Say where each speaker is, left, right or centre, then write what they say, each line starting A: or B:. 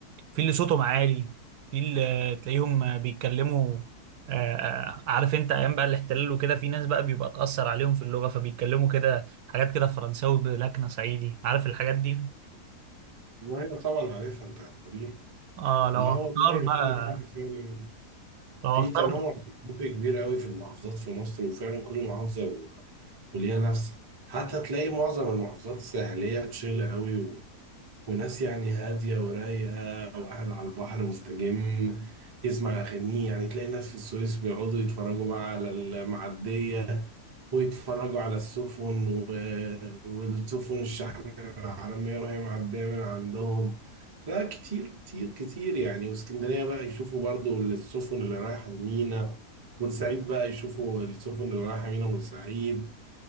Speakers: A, on the right; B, on the right.
A: في اللي صوتهم عالي في اللي تلاقيهم بيتكلموا آه، آه، عارف انت ايام بقى الاحتلال وكده في ناس بقى بيبقى اتأثر عليهم في اللغة فبيتكلموا كده حاجات كده فرنساوي بلكنة صعيدي عارف الحاجات دي
B: ايوه طبعا عارفها انت هتقول لي
A: اه لو
B: لا
A: هختار
B: والله
A: بقى
B: عندك حق فعلا
A: لو هختار
B: في تنوع ثقافي كبير قوي في المحافظات في مصر وفعلا كل محافظة و- وليها نفسها حتى تلاقي معظم المحافظات الساحلية تشيل قوي وناس يعني هادية ورايقة وقاعد على البحر مستجم يسمع أغانيه يعني تلاقي ناس في السويس بيقعدوا يتفرجوا بقى على المعدية ويتفرجوا على السفن و... والسفن الشحن العالمية وهي معدية من عندهم لا كتير كتير كتير يعني واسكندرية بقى يشوفوا برضو السفن اللي رايحة المينا بورسعيد بقى يشوفوا السفن اللي رايحة مينا بورسعيد